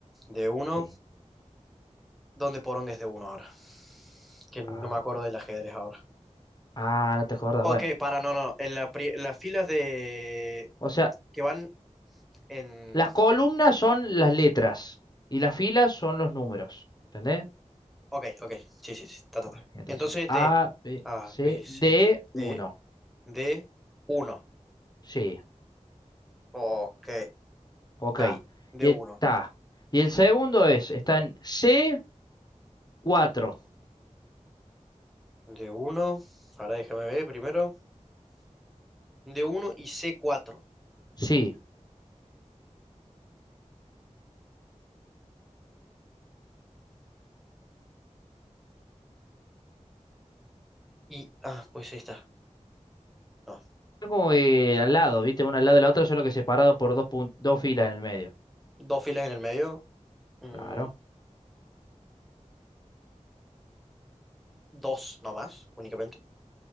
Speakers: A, in the centre; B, on the left.
A: D1,
B: Sí.
A: ¿dónde poronga es D1 ahora? Que no
B: A,
A: me acuerdo
B: B.
A: del ajedrez ahora.
B: Ah, no te acuerdas.
A: Ok,
B: Bueno.
A: para, no, no. En la pri- las filas de...
B: O sea,
A: que van en...
B: las columnas son las letras y las filas son los números. ¿Entendés?
A: Ok, ok. Sí, sí, sí. Ta, ta,
B: Ok,
A: ta.
B: entonces,
A: Entonces
B: A,
A: de
B: B,
A: A,
B: C,
A: B, C,
B: D, uno,
A: D, D, uno.
B: Sí,
A: Ok.
B: ok.
A: A, D,
B: Y
A: uno,
B: está. Y el segundo es, está en C, cuatro,
A: D, uno. Ahora déjame ver primero. D, uno y C, 4.
B: Sí.
A: Y, ah, pues ahí está. No.
B: Es como que al lado, ¿viste? Uno al lado de la otra, solo que separado por dos, pun- dos filas en el medio.
A: Dos filas en el medio. Mm,
B: Claro,
A: dos nomás, únicamente.